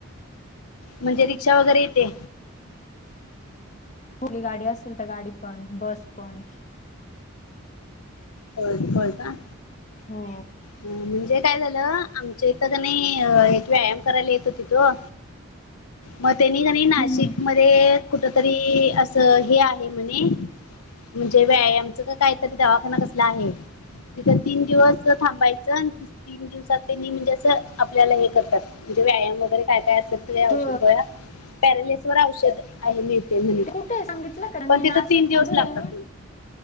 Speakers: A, on the left; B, on the left.
A: म्हणजे रिक्षा वगैरे येते
B: खुली गाडी असेल तर गाडी पण बस पण
A: हो कळ का
B: हो
A: अ म्हणजे काय झालं आमच्या इथं का नाही एक व्यायाम करायला येतो तिथो मग त्यांनी कनी नाशिक
B: हम्म
A: मध्ये ते कुठ तरी अस हे आहे म्हणे म्हणजे व्यायाम काहीतरी दवाखाना कसला आहे.. तिथ तीन दिवस तीन दिवसात म्हणजे अस आपल्याला हे करतात म्हणे व्यायाम वगैरे काय काय असेल तुझ्या
B: तो
A: औषध गोळ्या पॅरलेस वर औषध आहे मिळते म्हणे..
B: ते कुठे आहे सांगितलं का त्यांनी
A: पण
B: नाशिक
A: तिथं तीन दिवस
B: मध्ये
A: लागतात
B: आहे
A: म्हण.